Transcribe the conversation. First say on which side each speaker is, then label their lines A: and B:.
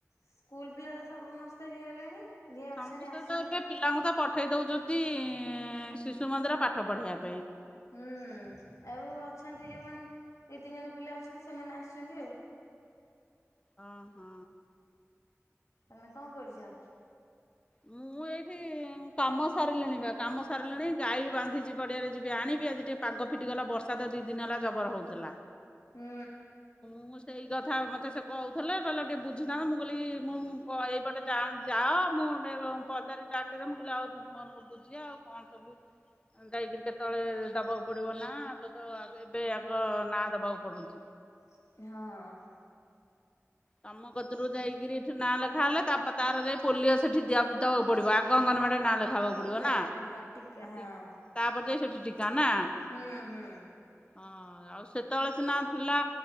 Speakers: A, on the left (about 80°); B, on the left (about 20°).
A: ସ୍କୁଲ ପିଲା ତ ସମସ୍ତେ ହେଇଗଲେଣି। ଯିଏ
B: ସମସ୍ତେ
A: ଅଛନ୍ତି ଆସୁଛନ୍ତି।
B: ତ ଏବେ ପିଲାଙ୍କୁ ତ ପଠେଇ ଦଉଛନ୍ତି ଶିଶୁ ମନ୍ଦିର ପାଠ ପଢ଼େଇବା ପାଇଁ।
A: ହୁଁ ଆଉ ଅଛନ୍ତି ଯେଉଁମାନେ ଦୁଇ ତିନି ଜଣ ପିଲା ଅଛନ୍ତି ସେମାନେ ଆସୁଛନ୍ତି ଆଉ।
B: ଓ ହଁ।
A: ତମେ କଣ କରୁଚ?
B: ମୁଁ ମୁଁ ଏଇଠି କାମ ସାରିଲିଣି ବା କାମ ସାରିଲିଣି ଗାଈ ବାନ୍ଧିଚି ପଡିଆରେ ଯିବି ଆଣିବି। ଆଜି ଟିକେ ପାଗ ଫିଟିଗଲା ବର୍ଷା ତ ଦିଇ ଦିନି ହେଲା ଜବର ହୋଉଥେଲା।
A: ହୁଁ।
B: ମୁଁ ସେଇ କଥା ମୋତେ ସେ କ‌ଉଥିଲା କହିଲା ଟିକିଏ ବୁଝୁନ। ମୁଁ କହିଲି ମୁଁ କହି ଏଇପଟେ ଯାଅନ ଯାଅ। ମୁଁ ଗୋଟେ କ ପଚାରି ଡାକିଦେମି ମୁଁ କହିଲି ଆଉ କ ବୁଝିବା ଆ ଆଉ କଣ ସବୁ
A: ହ
B: ଯାଇକିରି କେତେବେଳେ ଦେବାକୁ ପଡିବ ନାଁ। ଆଗ ତ ଆଗ ଏବେ ଆଗ ନାଁ ଦବାକୁ ପଡୁଚି।
A: ହଁ।
B: ତମ କତୁରୁ ଯାଇକିରି ଏଠି ନାଁ ଲେଖା ହେଲେ ତାପ ତାର ଯାଇ ପୋଲିଓ ସେଠି ଦିଆ ଦବାକୁ ପଡିବ ଆଗ ଅଙ୍ଗନମାଡି ନାଁ ଲେଖା ହବାକୁ
A: ଟିକା
B: ପଡିବ ନା
A: ଦେବେ
B: ହାତୀ
A: ହଁ ଟିକା ହଁ।
B: ତାପରେ ଯାଇ ସେଠି ଟିକା ନା?
A: ହୁଁ ହୁଁ।
B: ହଁ ଆଉ ସେତେବେଳେ ସିନା ଥିଲା